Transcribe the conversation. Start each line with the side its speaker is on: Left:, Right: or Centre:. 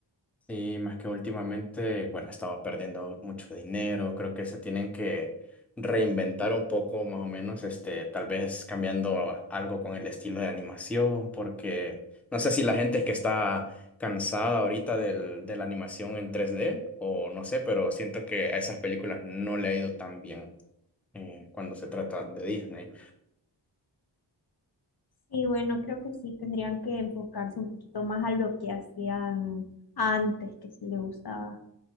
Centre: Sí, más que últimamente, bueno, estaba perdiendo mucho dinero, creo que se tienen que reinventar un poco más o menos, este, tal vez cambiando a- algo con el estilo de animación, porque no sé si la gente es que está cansada ahorita del, de la animación en tres d o no sé, pero siento que a esas películas no le ha ido tan bien eh, cuando se trata de Disney.
Left: Y bueno, creo que sí tendrían que enfocarse un poquito más a lo que hacían antes, que sí le gustaba